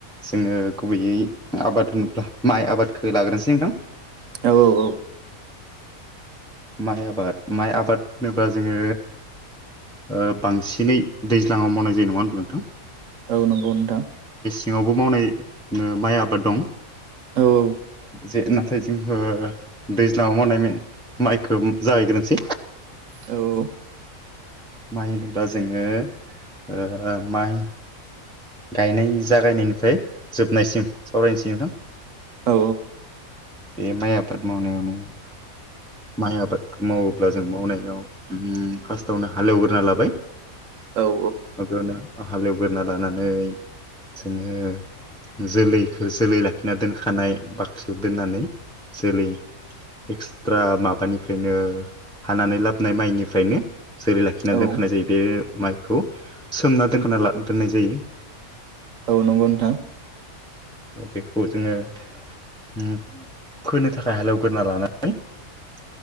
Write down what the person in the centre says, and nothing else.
जोङो गुबैयै आबाद होनोब्ला माइ आबादखौ लाग्रोनोसै नोंथां।
माइ आबाद माइ आबाद होनोबा जोङो ओ बांसिनै दैज्लाङाव मावनाय जायो नङा होनदों नोंथां।
ङावबो मावनाय ओ माइ आबाद दं
जे ना नाथाय जोंबो दैज्लाङाव मावनाय माइखौ जागायग्रोनोसै।
माइ होनोबा जोङो ओ माइ गायनाय जागायनायनिफ्राय जोबनायसिम सावरायनोसै नोंथां।
बे माइ आफाद मावनायावनो माइ आबाद मावोब्ला जों मावनायाव ओम फार्स्टआवनो हालेवग्रोना लाबाय।
माबायावनो हालेवग्रा लानानै जोङो जोलैखौ जोलै लाखिना दोनखानाय बाख्रियाव दोननानै जोलै एक्सट्रा माबानिफ्रायनो हानानै लाबोनाय माइनिफ्रायनो जेरै लाखिना
दोनखानाय जायो बे माइखौ सोमना दोनखा दोननाय जायो।
बेखौ जोङो ओम फोनो थाखाय हालेवग्रोना लानाय <unintelligible>